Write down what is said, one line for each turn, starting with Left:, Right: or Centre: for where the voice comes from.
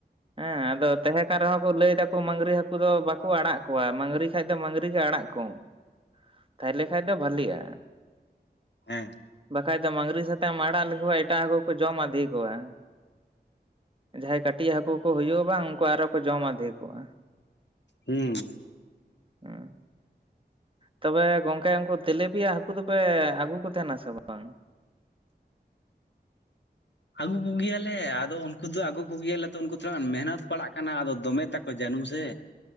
Right: ᱦᱮᱸ ᱟᱫᱚ ᱛᱟᱦᱮᱸ ᱠᱟᱱ ᱨᱮᱦᱚᱸ ᱠᱚ ᱞᱟᱹᱭ ᱫᱟ ᱢᱟᱹᱝᱨᱤ ᱦᱟᱹᱠᱩ ᱫᱚ ᱵᱟᱠᱚ ᱟᱲᱟᱜ ᱠᱚᱣᱟ ᱢᱟᱹᱝᱨᱤ ᱠᱷᱟᱱ ᱫᱚ ᱢᱟᱹᱝᱨᱤ ᱜᱮ ᱟᱲᱟᱜ ᱠᱚᱢ᱾ ᱛᱟᱦᱚᱞᱮ ᱠᱷᱟᱡ ᱫᱚ ᱵᱷᱟᱞᱤᱜ-ᱟ᱾
Left: ᱦᱮᱸ
Right: ᱵᱟᱠᱷᱟᱡ ᱫᱚ ᱢᱟᱝᱜᱽᱨᱤ ᱥᱟᱛᱮᱢ ᱟᱲᱟᱜ ᱞᱮᱠᱚ ᱠᱷᱟᱡ ᱮᱴᱟᱜ ᱦᱟᱹᱠᱩ ᱠᱚ ᱡᱚᱢ ᱟᱫᱷᱤ ᱠᱚᱣᱟ᱾ ᱡᱟᱦᱟᱸᱭ ᱠᱟᱹᱴᱤᱡ ᱦᱟᱠᱩ ᱠᱚ ᱦᱩᱭᱩᱜ-ᱟ ᱵᱟᱝ ᱩᱱᱠᱩ ᱟᱨᱚ ᱠᱚ ᱡᱚᱢ ᱟᱫᱷᱤ ᱠᱚᱣᱟ᱾
Left: ᱦᱮᱸ
Right: ᱦᱮ ᱛᱚᱵᱮ ᱜᱚᱝᱠᱮ ᱩᱱᱠᱩ ᱛᱮᱞᱮᱯᱤᱭᱟ ᱦᱟᱠᱩ ᱫᱚᱯᱮ ᱟᱹᱜᱩ ᱠᱚ ᱛᱟᱦᱮᱱᱟ ᱥᱮ ᱵᱟᱝ?
Left: ᱟᱹᱜᱩ ᱠᱚᱜᱮᱭᱟᱞᱮ ᱟᱫᱚ ᱩᱱᱠᱩ ᱫᱚ ᱟᱹᱜᱩ ᱠᱚᱜᱮᱭᱟᱞᱮ ᱛᱚ ᱩᱱᱠᱩ ᱛᱷᱚᱲᱟ ᱜᱟᱱ ᱢᱮᱦᱱᱚᱛ ᱯᱟᱲᱟᱜ ᱠᱟᱱᱟ ᱟᱫᱚ ᱫᱚᱢᱮ ᱛᱟᱠᱚ ᱠᱚ ᱡᱟᱹᱱᱩᱢ ᱥᱮ